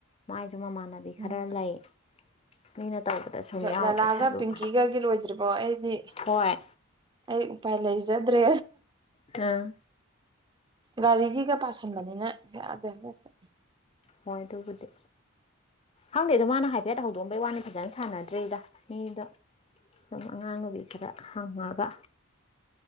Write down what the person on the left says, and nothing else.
ꯃꯥꯏꯁꯨ ꯃꯃꯥꯟꯅꯕꯤ
ꯈꯔ ꯂꯩ ꯃꯤꯅ ꯇꯧꯕꯗ ꯁꯨꯝ ꯌꯥꯎꯗ
ꯁꯔꯨꯛ
ꯍꯣꯏ
ꯑ
ꯍꯣꯏ ꯑꯗꯨꯕꯨꯗꯤ ꯈꯪꯗꯦꯗꯣ ꯃꯥꯅ ꯍꯥꯏꯐꯦꯠ ꯍꯧꯗꯣꯛꯑꯝꯕꯩ ꯋꯥꯅꯤ ꯐꯖꯅ ꯁꯥꯟꯅꯗ꯭ꯔꯔꯤꯗ ꯃꯤꯗꯣ ꯑꯗꯨꯝ ꯑꯉꯥꯡꯅꯕꯤ ꯈꯔ ꯍꯪꯉꯒ